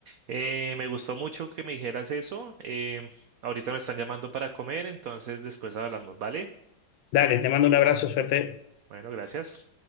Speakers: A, on the right; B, on the left.
A: Eh, me gustó mucho que me dijeras eso. eh, ahorita me están llamando para comer, entonces después hablamos, ¿vale?
B: Dale, te mando un abrazo, suerte.
A: Bueno, gracias.